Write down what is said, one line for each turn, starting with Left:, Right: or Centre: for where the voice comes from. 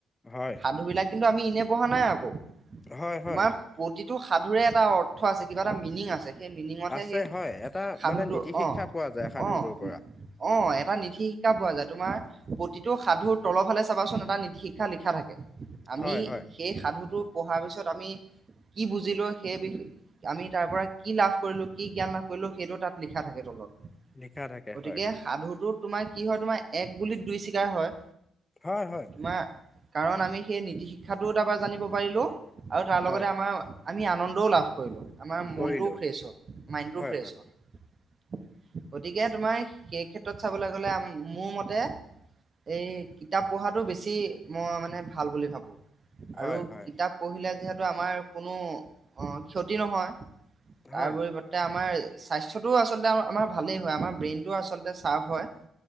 Left: হয়,
Right: সাধু বিলাক কিন্তু আমি ইনে পঢ়া নাই আকৌ
Left: হয়,
Right: তোমাৰ
Left: হয়,
Right: প্ৰতিটো সাধুৰে এটা অৰ্থ আছে। কিবা এটা মিনিং আছে। সেই মিনিঙতহে
Left: আছে
Right: সেই
Left: হয়, এটা
Right: সাধুটো
Left: মানে নীতি শিক্ষা
Right: অ'
Left: পোৱা যায় সাধুটোৰ
Right: অ'
Left: পৰা,
Right: অ এটা নীতি শিক্ষা পোৱা যায়। তোমাৰ প্ৰতিটো সাধুৰ তলৰফালে চাবাচোন এটা নীতি শিক্ষা লিখা থাকে। আমি
Left: হয়, হয়,
Right: সেই সাধুটো পঢ়াৰ পিছত আমি কি বুজিলো। সেই বি আমি তাৰ পৰা কি লাভ কৰিলো। কি জ্ঞান লাভ কৰিলো সেইটো তাত লিখা থাকে তলত।
Left: লিখা থাকে
Right: গতিকে
Left: হয়।
Right: সাধুটো তোমাৰ কি হয়। তোমাৰ এক গুলিত দুই চিকাৰ হয়।
Left: হয় হয়
Right: তোমাৰ কাৰণ আমি সেই নীতি শিক্ষাটোও তাৰপ পৰা জানিব পাৰিলো। আৰু তাৰ লগতে
Left: হয়।
Right: আমাৰ আমি আনন্দ লাভ কৰিলোঁ। আমাৰ মনটোও
Left: কৰিলো
Right: ফ্ৰেছ হ'ল মাইডটো
Left: হয়
Right: ফ্ৰেছ
Left: হয়
Right: হ'ল। গতিকে তোমাৰ সেই ক্ষেত্ৰত চাবলৈ গলে আমি মোৰ মতে এই কিতাপ পঢ়াতটো বেছি মই মানে ভাল বুলি ভাবো।
Left: হয়
Right: আৰু
Left: হয়
Right: কিতাপ পঢ়িলে যিহেতু আমাৰ কোনো অ ক্ষতি নহয়। তাৰ
Left: হয়
Right: পৰিৱৰ্তে আমাৰ স্বাছ্ৰটোও আচলতে আমাৰ ভালেই হয়। আমাৰ ব্ৰেইনটোও আচলতে চাৰ্প হয়।